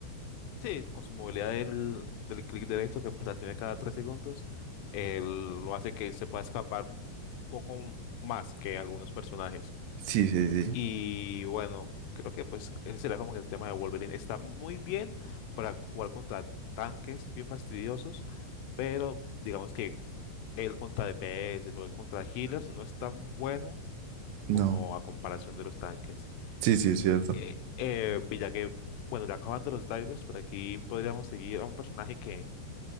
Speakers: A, on the left; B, on the right.
A: Sí, con su movilidad del, del clic derecho, que pues la tiene cada tres segundos, él lo hace que se pueda escapar un poco más que algunos personajes.
B: Sí, sí, sí.
A: Y bueno, creo que pues ese sería como el tema de Wolverine. Está muy bien para jugar contra tanques bien fastidiosos, pero digamos que él contra DPS o él contra healers no es tan bueno
B: No.
A: como a comparación de los tanques.
B: Sí, sí, es cierto.
A: Eh, eh, ya que, bueno, ya acabando los divers, por aquí podríamos seguir a un personaje que